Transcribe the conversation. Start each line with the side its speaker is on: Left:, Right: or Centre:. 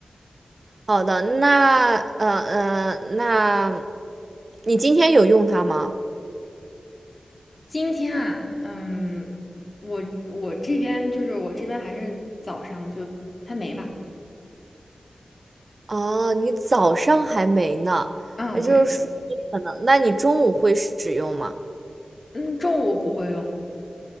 Right: 好的，那呃呃，那你今天有用它吗？
Left: 今天啊，嗯，我我这边就是我这边还是早上就还没吧。
Right: 哦，你早上还没呢，
Left: 啊，
Right: 也就是说你可能，
Left: 对，
Right: 那你中午会使用吗？
Left: 嗯，中午不会用，